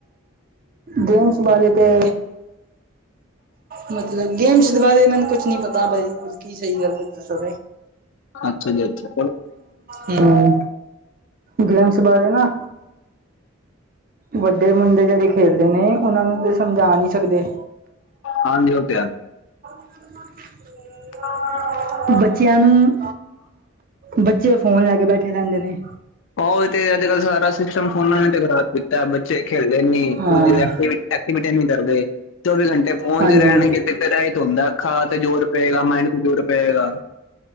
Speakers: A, on the right; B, on the left.
A: ਗੇਮਸ ਬਾਰੇ ਤੇ ਮਤਲਬ ਗੇਮਸ ਦੇ ਬਾਰੇ ਮੈਨੂੰ ਕੁਛ ਨੀ ਪਤਾ ਬ ਕੀ ਸਹੀ ਗੱਲ ਦੱਸੋ
B: ਅੱਛਾ ਜੀ ਅੱਛਈ
A: ਹਮ ਗੇਮਸ ਬਾਰੇ ਨਾ ਵੱਡੇ ਮੁੰਡੇ ਜਿਹੜੇ ਖੇਲਦੇ ਨੇ ਉਹਨਾਂ ਨੂੰ ਤੇ ਸਮਝਾ ਨਹੀ ਸਕਦੇ
B: ਹਾਂਜੀ, ਔ ਪਿਆ।
A: ਹਮ <unintelligible>
B: ਹਾਂਾਂ
A: ਬੱਚਿਆਂ ਨੂੰ, ਬੱਚੇ ਫੋਨ ਲੈ ਕੇ, ਬੈਠੇ ਰਹਿੰਦੇ ਨੇ।
B: ਆ ਤੇ, ਅੱਜ ਕੱਲ ਸਾਰਾ ਸਿਸਟਮ, ਫੋਨਾਂ ਨੇ ਤੇ ਖਰਾਬ ਕੀਤਾ। ਬੱਚੇ ਖੇਲਦੇ ਨੀ, ਕੁਛ
A: ਹਾਂ
B: ਅਕਟੀਵੀ ਬੀਟੀ, ਨਹੀਂ ਕਰਦੇ, ਚੌਵੀ ਘੰਟੇ ਫੋ- ਫੋਨ
A: ਹਾਂਜੀ
B: ਚ ਰਹਿਣਗੇ, ਤੇ ਇਹੀ ਤੇ ਹੁੰਦਾ। ਅੱਖਾਂ ਤੇ ਜ਼ੋਰ ਪਏਗਾ, ਮਾਈਨ ਤੇ ਜ਼ੋਰ ਪਏਗਾ।